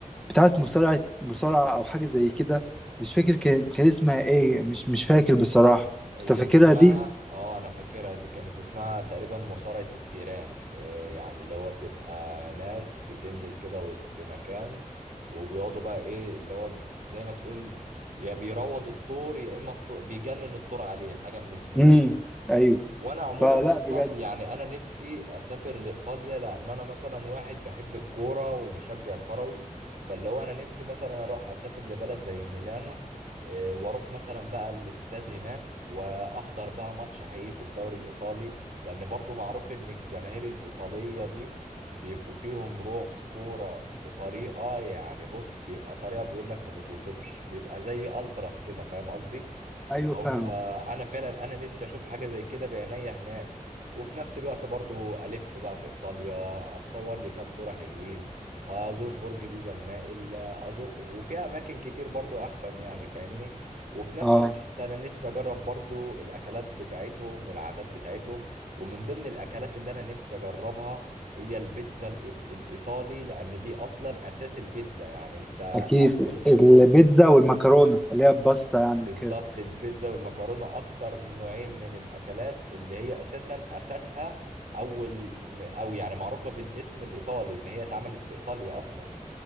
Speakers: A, in the centre; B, on the right.
A: بتاعه مصارعه مصارعه او حاجه زي كده مش فاكر كان كان اسمها ايه مش مش فاكر بصراحه
B: هي
A: انت فاكرها
B: اسمها
A: دي
B: اه انا فاكرها دي كانت اسمها تقريبا مصارعة التيران إيه يعني اللي هو بتبقى ناس بتنزل كده وسط مكان وبيقعدوا بقى ايه اللي هو زي ما تقول يا بيروض الطور يا اما الطور بيجنن الطور عليه حاجة من الاتنين
A: امم ايوه
B: وانا عموما
A: فلا
B: اصلا
A: بجد
B: يعني انا نفسي اسافر لايطاليا لان انا مثلا واحد بحب الكوره ومشجع كروي فاللي هو انا نفسي مثلا اروح اسافر لبلد زي ميلانو آه، واروح مثلا بقى الاستاد هناك واحضر بقى ماتش حقيقي في الدوري الايطالي لان برضو معروف ان الجماهير الايطاليه دي بيبقوا فيهم روح كوره بطريقه يعني بص بيبقى طريقه بيقول لك ما تتوصفش بيبقى زي التراس كده فاهم قصدي
A: ايوه
B: اللي هو
A: فاهم
B: انا فعلا انا نفسي اشوف حاجه زي كده بعينيا هناك وفي نفس الوقت برضو الف بقى في ايطاليا اتصور لي كام صوره حلوين ازور برج بيزا المائل ازور وفيها اماكن كتير برضو احسن يعني فاهمني وفي نفس
A: اه
B: الوقت انا نفسي اجرب برضو الاكلات بتاعتهم والعادات بتاعتهم ومن ضمن الاكلات اللي انا نفسي اجربها هي البيتزا الإيط- الايطالي لان دي اصلا اساس البيتزا يعني انت
A: اكيد
B: اول
A: البيتزا والمكرونه اللي هي الباستا يعني وكده
B: بالظبط البيتزا والمكرونة أكتر نوعين من الأكلات اللي هي أساسا أساسها أول أو يعني معروفة بالاسم الإيطالي إن هي اتعملت في إيطاليا أصلا